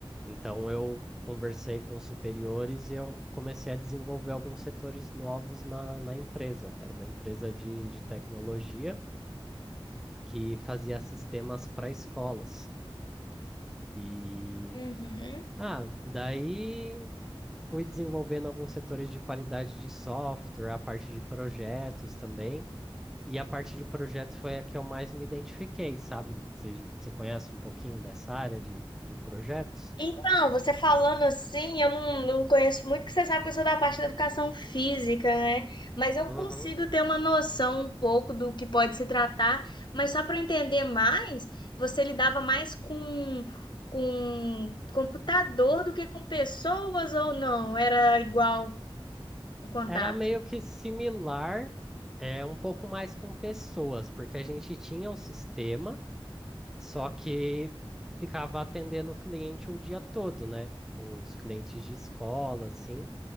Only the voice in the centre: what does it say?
Então eu conversei com os superiores e eu comecei a desenvolver alguns setores novos na, na empresa. Era uma empresa de, de tecnologia que fazia sistemas para escolas. E
ah, daí fui desenvolvendo alguns setores de qualidade de software, a parte de projetos também. E a parte de projetos foi a que eu mais me identifiquei, sabe? Você você conhece um pouquinho dessa área de, de projetos?
Uhum.
Era meio que similar, é um pouco mais com pessoas, porque a gente tinha o sistema, só que ficava atendendo o cliente o dia todo, né? Os clientes de escola, assim.